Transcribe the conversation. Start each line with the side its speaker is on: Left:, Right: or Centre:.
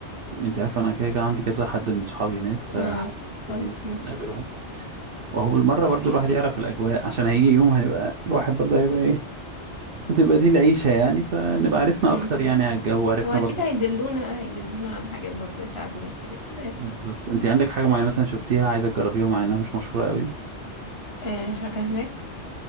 Right: انت عارف انا كده كده عندي كذا حد من صحابي هناك فحاسس
Left: اه خلاص
Right: لذيذ
Left: ماشي
Right: نقابلهم وهو بالمرة برضو
Left: بيبقى
Right: الواحد يعرف الأجواء عشان هيجي يوم هيبقى الواحد برضو هيبقى إيه هتبقى دي العيشة يعني فنبقى عرفنا
Left: امم
Right: أكتر يعني على الجو عرفنا
Left: هو اكيد
Right: برضو
Left: هيدلونا هيدلونا على حاجات برضو يساعدونا في حاجات كده يعني
Right: بالظبط أنت عندك حاجة معينة مثلا شفتيها عايزة تجربيها مع إنها مش مشهورة قوي
Left: آه حاجة هناك